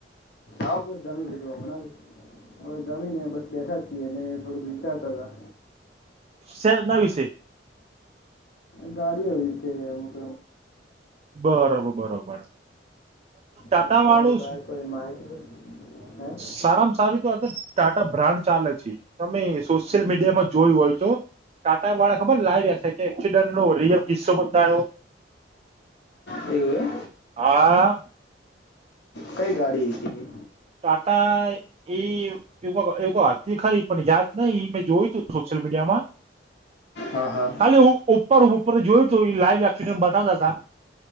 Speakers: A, on the left; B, on the right.
A: આવા ક જમી લીધવા મણા. હવે જમીને બસ બેઠા છીએ અને થોડુંક વિચારતા હતા.
B: શેના વિશે?
A: ગાડી હોય છે અમુક
B: બરોબર, બરોબર. ટાટા
A: હા તમારી
B: વાળું.
A: પાસે કોઈ માહિતી હોય
B: સારામાં સારી તો અગર ટાટા બ્રાન્ડ ચાલે. તમે સોશિયલ મીડિયા માં જોયું હોય તો. કાંટા વાળા ખબર લાઈવ <unintelligible> એકસીડનટનો રિયલ કિસ્સો બતાયો
A: હે એવું એમ
B: હા.
A: કઈ ગાડી હતી એ
B: ટાટા એ <unintelligible> હતી ખારી પણ યાદ નઈ મેં જોયું તું સોસલમીડીયામડ
A: હા હા
B: ખાલી ઉપર ઉપર જોયું તો લાઈવ એસિડન્ટ બતા તા તા